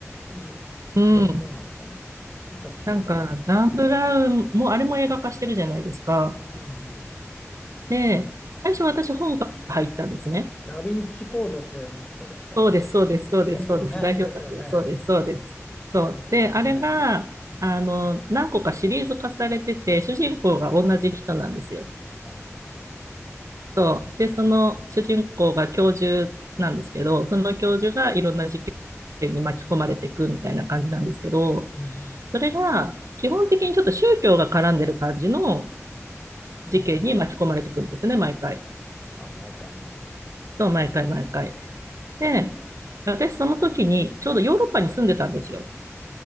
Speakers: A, on the left (about 25°); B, on the right (about 80°).
A: なん、
B: うん。
A: ど、どうなんですかね。伊坂幸太郎。
B: なんか、ダン・ブラウンも、あれも映画化してるじゃないですか。
A: うんうん。
B: で、
A: あの、
B: 最初私本から入ったんですね。
A: ダヴィンチコードってあの人でしたっけ
B: そうです、そうです、そうです、
A: ですよね。
B: そうです。代表作がそうです、
A: ですよね。
B: そうです。そう。
A: ですよね。
B: で、あれが、
A: うん。
B: あの、何個かシリーズ化されてて、主人公が同じ人なんですよ。
A: あ、そうそうそうそう。はい。
B: そう。で、その主人公が教授なんですけど、その教授がいろんな事件に巻き込まれていくみたいな感じなんですけど、
A: うん。
B: それが、基本的にちょっと宗教が絡んでる感じの
A: うんうんうん。
B: 事件に巻き込まれていくんですね、毎回。
A: あ、毎回ね。
B: そう、毎回毎回。で、私その時にちょうどヨーロッパに住んでたんですよ。